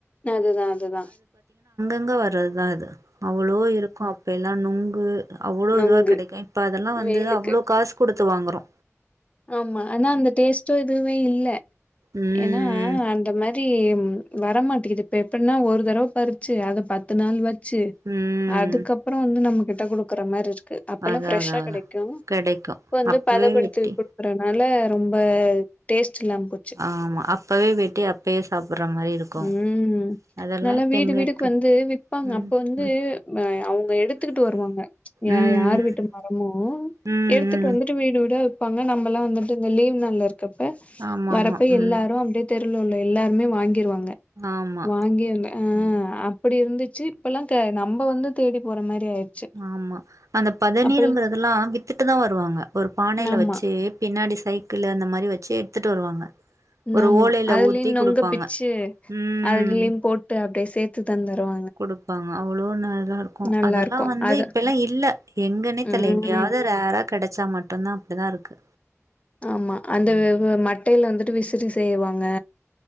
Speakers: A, on the left; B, on the right.
A: அதுதா அதுதா
B: அங்க வர்றதுதா இது அவ்ளோ இருக்கு அப் எல்லா நொங்கு அவ்ளோ
A: நொங்கு
B: இதுவா கெடைக்கு இப்ப அதெல்லா வந்து
A: வெயிலுக்கு.
B: அவ்ளோ காசு குடுத் த்து வாங்கறோ
A: ஆமா ஆனா அந்த டேஸ்ட்டும் எதுமே இல்ல
B: ம்
A: ஏன்னா அந்த மாரி தி வரமாட்டேக்குது இப்ப எப்படனா ஒரு தடவை பறிச்சு அத பத்து நாள் வச் ச்சு
B: ம்
A: அதுக்கப்புறோ வந்து நமக்கு ட்ட கொடுக்குற மாரி இருக் க்கு அப்பெல்லா
B: அதா
A: ஃப்ரெஷ்ஷா
B: அதா அதா
A: கிடைக்கும்
B: கெடைக்கு
A: இப்ப வந்து
B: அப்பவே
A: பதப்படுத்தி
B: வெட்டி
A: குடு தறனால ரொம்ப டேஸ்ட் ல்லாம போச்சு
B: ஆமா அப்பவே வெட்டி அப்பயே சாப்புட்ற மாரி இருக்கு
A: உஹம்
B: அதெல்லா
A: நல்லா
B: இப்ப
A: வீடு
B: எங்க
A: வீடுக்கு
B: இருக்கு
A: வந்து விற்பாங்க
B: ம்
A: அப்ப வந்து
B: ம்
A: அவங்க எடுத்துக்கிட்டு வருவாங்க ச்சு
B: ம்
A: யார் வீட்டு மரமோ
B: ம்
A: எடுத்துட்டு
B: ம்
A: வந்துட்டு வீடு வீட இனிமே நம்மெல்லா வந்துட்டு இந்த லீவ் நாள் இருக்கு இருக்கப்ப
B: ஆமா
A: வரப்ப
B: ஆமா ம்
A: எல்லாரு அப்பிடியே தெ ஊர்ல உள்ள எல்லாருமே வாங்கிருவாங்க
B: ஆமா
A: வாங்கி ஆஹ்
B: ம்
A: அப்டி இருந்து ச்சீ இப்பெல்லாம் நம்ம வந்து தேடி போற மாரி ஆயிருச்சு.
B: ஆமா அந்த பதநீருங்குறெதெல்லா
A: அப்பல்
B: வித்துட்டுதா வருவாங்க ஒரு பானில
A: ஆமா
B: வெச்சு பின்னாடி சைக்கிள் அந்த மாரி வெச்சு எடுத்துட்டு வருவாங்க ஒரு
A: நாம
B: ஓலையில
A: அதுலயும்
B: ஊத்தி
A: நொங்க
B: குடுப்பாங்க
A: பிச்சு
B: ம்
A: அதுலயும் போட்டு அப்படியே சேத்து தந்துருவா
B: குடுப்பாங்க அவ்ளோ நா இருக்கு
A: நல்லா
B: அதெல்லா
A: இருக்கு
B: வந்து
A: அது
B: இப்பெல்லா இல்ல எங்கன்னே தெரில்ல
A: ம்
B: எங்கேயாவது ரேரா கெடச்சா மட்டும்தா அப்பிடிதா இருக்கு
A: ஆமா அந்த
B: உம்
A: வ வ மட்டையில வந்துட்டு விசிறி செய்வா ங்க